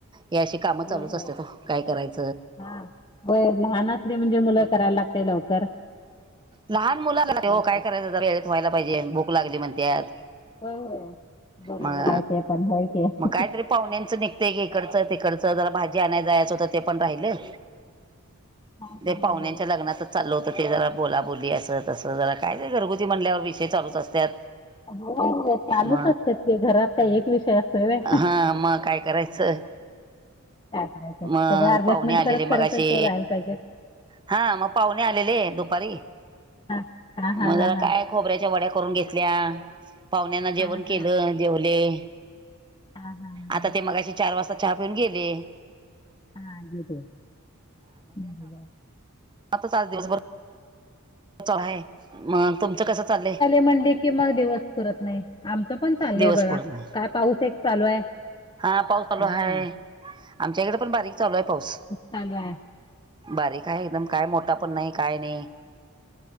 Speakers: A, on the right (about 20°); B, on the left (about 20°).
A: या शिक काम चालूच
B: होय होय
A: असत्यात ओ काय करायच
B: हा होय लहान असले म्हणजे मुलं करायला लागतेय लवकर
A: लहान मुलं
B: होय
A: हो काय
B: की
A: करायचं जरा वेळेत व्हायला पाहिजे भूक लागली म्हणत्यात
B: होय होय बरोबर
A: मग
B: आहे ते पण होय की हा
A: मग कायतरी पाहुण्यांचं निघ तेक इकडचं तिकडचं जरा भाजी आणायला जायचं होत ते पण राहिलं
B: हा
A: ते
B: हा
A: पाहुण्यांच्या
B: हा
A: लग्नाच चालल होत ते जरा बोला बोली अस तसं जरा काय घरगुती म्हणल्यावर विषय चालूच असतात
B: हो चालूच
A: म
B: असतात की घरात काही एक विषय असतोय व्हय
A: हा मग काय करायचं
B: काय करायचं सगळं
A: मग
B: ॲडजस्टमेंट
A: पाहुणे आलेले
B: करत
A: मग
B: करतच
A: असे
B: तो जायला पाहिजे
A: हा मग पाहुणे आ लेले दुपारी
B: हां हां हां
A: मजरा
B: हां हां
A: काय खोबऱ्याच्या वड्या करून घेतल्या पाहुण्याना जेवण
B: हां हां
A: केलं जवले
B: हां हां हां
A: आता ते मगाशी चार वाजता चहा पिऊन गेले.
B: हा तीथे <unintelligible>
A: आता आज दिवसभर च आहे मग तुमचं कसं चाललंय.
B: म्हणली की मग दिवस पुरत नाही आमच पण चाललय
A: दिवस
B: बघा
A: पूर्ण
B: काय पाऊस एक चालू आहे.
A: हा पाऊस चालू
B: हां
A: आहे आमच्याकडे पण बारीक चालू आहे. पाऊस
B: चालू आहे
A: बारीक आहे एकदम काय मोठा पण नाही काय नाही.